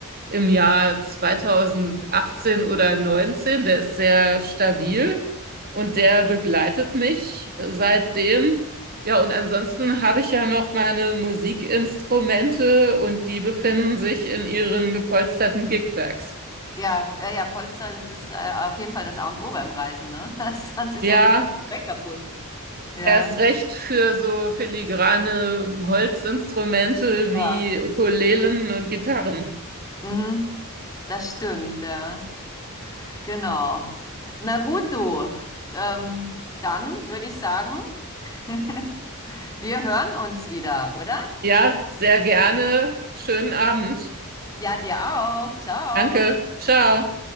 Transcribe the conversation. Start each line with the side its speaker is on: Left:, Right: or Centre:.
Right: im Jahr 2018 oder 19. Der ist sehr stabil und der begleitet mich seitdem. Ja, und ansonsten habe ich ja noch meine Musikinstrumente und die befinden sich in ihren gepolsterten Gigbags.
Left: Ja, ja, ja, Polster, das ist äh, auf jeden Fall das A und O beim Reisen, ne? <laughs> Sonst ist
Right: Ja,
Left: ja das ganze Zeug kaputt. Ja.
Right: Erst recht für so filigrane Holzinstrumente
Left: Ja.
Right: wie Ukulelen und Gitarren.
Left: Mhm. Das stimmt, ja. Genau. Na gut, du. Ähm, dann würde ich sagen, <laughs> wir hören uns wieder, oder?
Right: Ja, sehr gerne. Schönen Abend.
Left: Ja, dir auch. Ciao.
Right: Danke. Ciao.